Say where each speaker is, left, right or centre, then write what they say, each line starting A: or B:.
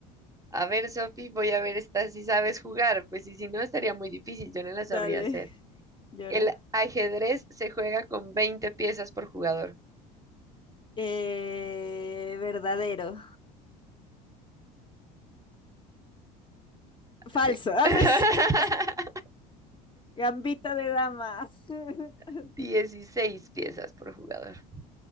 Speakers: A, on the right; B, on the left.
A: A ver, Sofi, voy a ver esta si sabes jugar, pues y si no estaría muy difícil, yo no la
B: Dale,
A: sabría hacer.
B: <laughs>
A: El
B: llora.
A: ajedrez se juega con veinte piezas por jugador.
B: Eh, verdadero. Falso.
A: Sí.
B: <laughs>
A: <laughs>
B: Gambito de dama. <laughs>
A: 16 piezas por jugador.